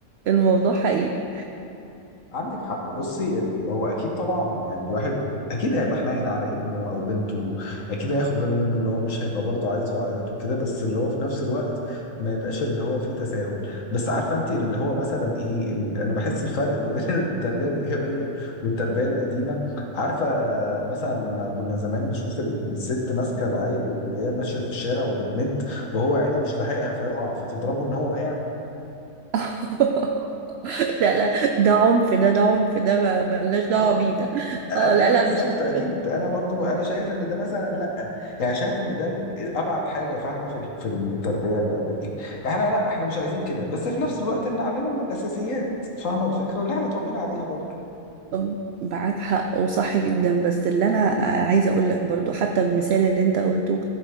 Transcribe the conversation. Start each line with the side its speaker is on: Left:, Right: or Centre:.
Right: الموضوع حقيقي
Left: عندك حق بصي ال- هو اكيد طبعا يعني الواحد اكيد هيبقى حنين على ابنه او بنته اكيد هياخد باله منه اللي هو مش هيبقى برضه عايزه يعيط وكده بس اللي هو في نفس الوقت ما يبقاش اللي هو فيه تساهل بس عارفه انت اللي هو مثلا ايه ال- انا بحس الفرق ما بين <laughs> التربيه الايجابيه والتربيه القديمه عارفه مثلا لما كنا زمان نشوف الست ماسكه العيل وهي ماشيه في الشارع وبتمد وهو يعني مش لاحقها فيقع فتضربه ان هو وقع
Right: <laughs> لا لا ده عنف ده ده عنف ده ما- ملناش دعوة
Left: اه
Right: بيه ده
Left: انا
Right: اه لا
Left: ده
Right: لا
Left: بالظبط
Right: مش هتضرب.
Left: اكيد انا برضو انا شايف ان ده مثلا لا يعني شايف ان ده ال- ابعد حاجه فاهمه في ال- في التربيه ال- ال- دي احنا لا احنا مش عايزين كده بس في نفس الوقت نعلمهم الاساسيات فاهمه الفكره اللي احنا اتربينا عليها برضو
Right: طب معاك حق وصح جدا بس اللي انا عايزه اقول لك برضو حتى المثال اللي انت قلته